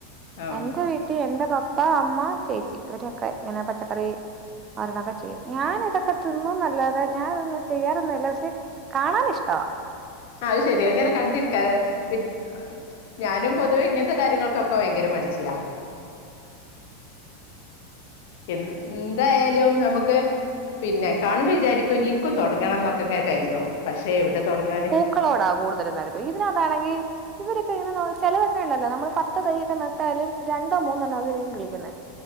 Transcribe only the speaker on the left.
ആഹ്
അത് ശരിയാ ഇങ്ങനെ കണ്ടിരിക്കാ പിൻ ഞാനും പൊതുവേ ഇങ്ങനെത്തെ കാര്യങ്ങൾക്കൊക്കെ ഭയങ്കര മട്ച്ച്യാ എന്തായാലും നമ്മുക്ക് പിന്നെ കാണുമ്പോവിചാരിക്കുംനി ഇൻക്കും തൊടങ്ങണംന്നൊക്കെങ്ങാ കര്തും പക്ഷെ എവ്ടെ തൊടങ്ങാൻ